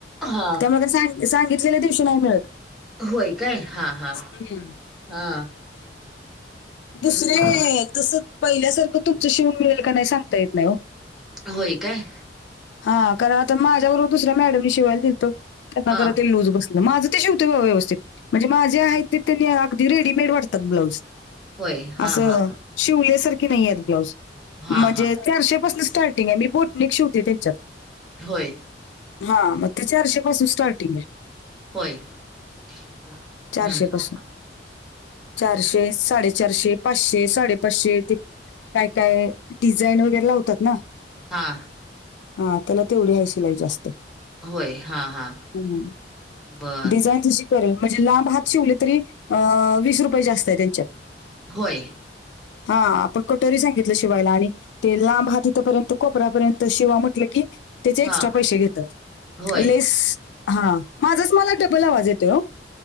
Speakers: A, in the centre; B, on the left.
A: हा
B: त्यामुळं काय सांग- सांगितलेल्या दिवशी नाय मिळत.
A: होय काय हा हा
B: हम्म.
A: हा.
B: दुसरी
A: हम्म
B: तसं पहिल्यासारखं तुमचं शिवून मिळेल का नाय सांगता येत नाय ओ.
A: होय काय?
B: हा कारण आता माझ्या बरोबर दुसऱ्या मॅडमनी शिवायला दिलत. त्यांना
A: हा
B: जरा ते लूज बसल. माझं ते शीवतो व्यवस्थित म्हणजे माझे आहेत ते त्यांनी अगदी रेडीमेड वाटतात ब्लाउज.
A: होय हा
B: असं
A: हा
B: शिवल्यासारखी नाहीयात ब्लाऊज.
A: हा
B: म्हणजे
A: हा
B: चारशे पासून स्टार्टिंग आय मी बोटनेक शिवते त्यांच्यात.
A: होय.
B: हा म ते चारशेपासून स्टार्टिंग आय.
A: होय हम्म
B: चारशे पासून
A: हम्.
B: चारशे, साडेचारशे, पाचशे, साडेपाचशे ते काय काय डिझाईन वगैरे लावतात ना.
A: हा.
B: हा त्याला तेवढी हाय शिलाई जास्त.
A: होय हा. हा
B: हम्म.
A: बर
B: डिझाईन जशी करेल म्हणजे लांब हात शिवले तरी अ वीस रुपये जास्त आय त्यांच्यात.
A: होय.
B: हा आपण कटोरी सांगितलं शिवायला आणि ते लांब हात हितपर्यंत कोपऱ्यापर्यंत शिवा म्हटलं की त्याच एक्स्ट्रा
A: हा
B: पै शे घेतात
A: होय
B: लेस हा. माझाच मला डबल आवाज येतोय ओ.